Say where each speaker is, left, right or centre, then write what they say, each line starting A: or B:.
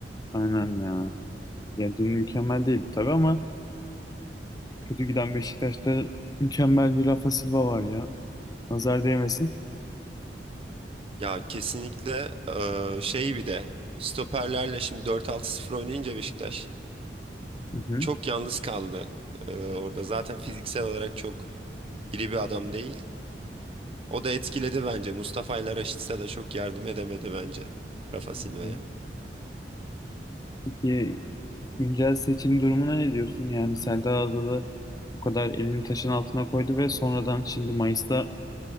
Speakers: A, on the left; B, on the right.
A: Aynen ya. Ya dün mükemmel değildi tabii ama kötü giden Beşiktaş'ta mükemmel bir Rafa Silva var ya. Nazar değmesin.
B: Ya kesinlikle eee, şey bir de stoperlerle şimdi 4-6-0 oynayınca Beşiktaş
A: Hı hı.
B: çok yalnız kaldı. Eee, orada zaten fiziksel olarak çok iri bir adam değil. O da etkiledi bence. Mustafa ile Raşit'se de çok yardım edemedi bence Rafa Silva'ya.
A: Hı hı. Peki güncel seçim durumuna ne diyorsun? Yani Serdar Adalı o kadar elini taşın altına koydu ve sonradan şimdi Mayıs'ta